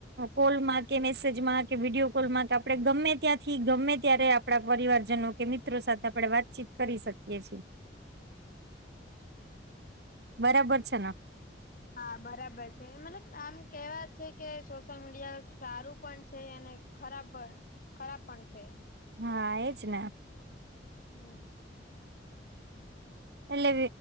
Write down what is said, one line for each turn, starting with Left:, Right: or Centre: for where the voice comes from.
Right: કોલમાં કે મેસેજમાં કે વિડીયો કોલમાં આપણે ગમે ત્યાંથી ગમે ત્યારે
Left: હા
Right: આપણા પરિવારજનો કે મિત્ર મિત્રો સાથે
Left: હા
Right: આપડે વાતચીત કરી શકીએ છીએ. બરાબર છે ન
Left: હા બરાબર છે મતલબ આમ કેવા છે કે સોશિયલ મીડિયા સારું પણ છે અને ખરાબ ખરાબ પણ છે.
Right: હા એજ ને
Left: હમ
Right: એટલે